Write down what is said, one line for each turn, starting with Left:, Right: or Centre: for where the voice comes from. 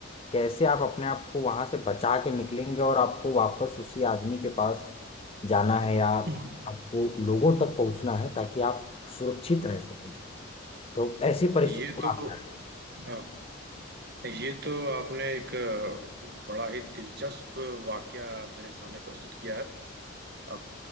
Left: कैसे आप अपने आप को वहां से बचा के निकलेंगे और आपको वापस उसी आदमी के पास जाना है या
Right: हम्म।
Left: आपको लोगों तक पहुंचना है ताकि आप सुरक्षित रह सकें तो ऐसी परिस्थिति
Right: ये
Left: में
Right: तो
Left: आप क्या
Right: हाँ ये तो आपने एक अ, बड़ा ही दिलचस्प वाकया मेरे सामने प्रस्तुत किया है अब